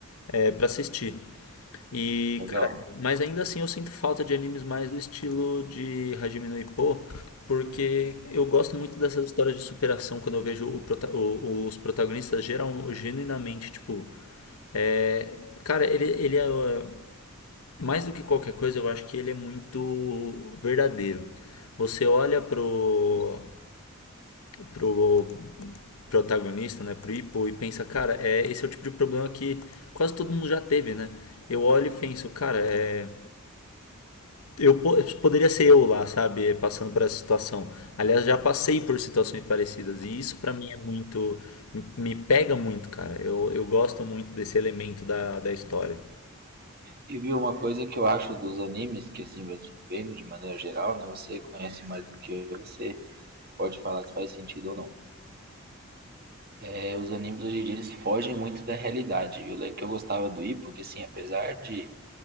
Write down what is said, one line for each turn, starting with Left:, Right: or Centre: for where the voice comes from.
Left: é, para assistir. E,
Right: Legal.
Left: cara, mas ainda assim eu sinto falta de animes mais do estilo de Hajime no Ippo, porque eu gosto muito dessas histórias de superação quando eu vejo o prota- o- os protagonistas geral, genuinamente, tipo, é, cara, ele, ele é ó, mais do que qualquer coisa, eu acho que ele é muito verdadeiro. Você olha pro pro protagonista, né, pro Ipo, e pensa, cara, é, esse é o tipo de problema que quase todo mundo já teve, né? Eu olho e penso, cara, é, eu poderia ser eu lá, sabe, passando por essa situação. Aliás, já passei por situações parecidas e isso pra mim é muito, me pega muito, cara. Eu, eu gosto muito desse elemento da, da história.
Right: E viu uma coisa que eu acho dos animes, que assim, você vendo de maneira geral, né? Você conhece mais do que eu, você pode falar se faz sentido ou não. É, os animes hoje em dia eles fogem muito da realidade. E o le- que eu gostava do Ippo, que assim, apesar de,